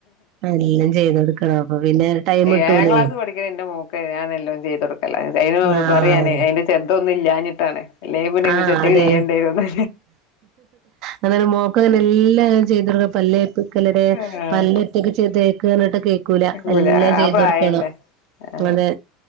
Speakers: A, on the right (about 60°); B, on the left (about 65°).
A: എല്ലാം ചെയ്ത് കൊടുക്കണം അപ്പൊ പിന്നെ ടൈം കിട്ടൂലേ
B: ഏഴാം ക്ലാ പടി എന്റെറെ മൂക്ക് ഞാനെല്ലാം ചെയ്ത കൊടുക്കല അ
A: ആഹ്
B: പറയാന് അതിന്റെ ചെറുതൊന്നും ഇല്ലാഞ്ഞിട്ടാണ് അല്ലെങ്കി പിന്നെ
A: ആഹ്
B: ഇങ്ങക്ക് ഒറ്റക്ക്
A: അതെ
B: ചെയ്യേണ്ടിവരുന്ന്
A: അങ്ങെ മോക്കങ്ങനെ എല്ലാം ചെയ്തടുക്ക പല്ലേപ്പിക്കലരെ
B: ആഹ്
A: പല്ലറ്റൊക്കെ ചെയ്തേക്കാനായിട്ട് കേ
B: നടക്കൂല
A: എല്ലാം
B: ആ
A: ചെയ്ത്
B: പ്രായല്ലേ
A: കൊടുക്കണം
B: ആഹ്
A: അങ്ങനെ